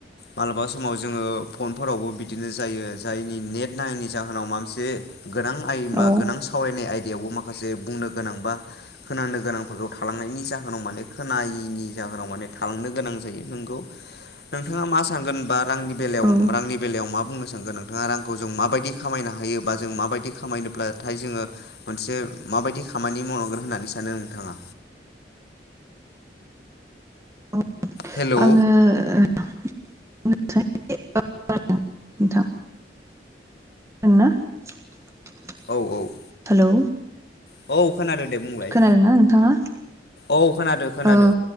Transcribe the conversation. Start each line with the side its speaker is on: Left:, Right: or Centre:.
Left: माला बा समाव जोङो फनफोरावबो बिदिनो जायो जायनि नेट नाङैनि जाहोनाव माबा मोनसे गोनां आइ
Right: औ
Left: मा गोनां सावरायनाय आइ दायाव माखासे बुंनो गोनां बा खोनानो गोनांफोरखौ थालांनायनि जाहोनाव माने खोनायैनि जाहोनाव माने थालांनो गोनां जायो नोंगौ। नोंथाङा मा सानोगोन बा रां बेलायाव
Right: औ
Left: रांनि बेलायाव मा बुंनो सानगोन नोंथाङा रांखौ जों माबायदि खामायनो हायो बा जों माबायदि खामायनोब्लाथाय जोङो मोनसे माबायदि खामानि मावनांगोन होननानै सानो नोंथाङा
Right: <inaudible> औ
Left: हेलौ
Right: आङो ओ <unintelligible> नोंथां। खोनादोंना।
Left: औ औ।
Right: हेलौ।
Left: औ खोनादो दे बुंलाय
Right: खोनादोंना नोंथाङा?
Left: औ खोनादो खोनादो
Right: औ